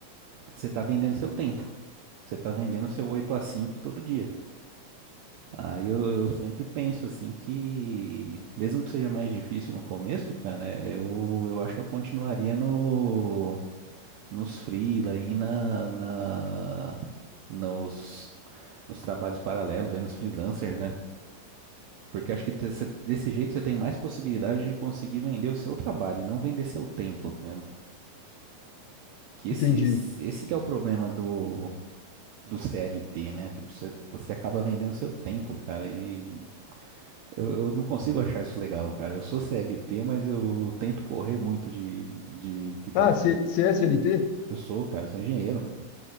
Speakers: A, on the right (about 75°); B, on the left (about 80°).
A: você está vendendo seu tempo. Você está vendendo seu 8 a 5 todo dia. Aí eu, eu sempre penso assim que, mesmo que seja mais difícil no começo, cara, eu, eu acho que eu continuaria no, nos freela aí na, na, nos, nos trabalhos paralelos, aí nos freelancers, né? Porque acho que te- cê- desse jeito você tem mais possibilidade de conseguir vender o seu trabalho, não vender seu tempo, tá ligado? Que esse,
B: Entendi.
A: esse, esse que é o problema do, do CLT, né? Tipo, você, você acaba vendendo seu tempo, cara. E eu, eu não consigo achar isso legal, cara. Eu sou CLT, mas eu tento correr muito de, de ficar.
B: Ah, C CSLT?
A: Eu sou, cara, eu sou engenheiro.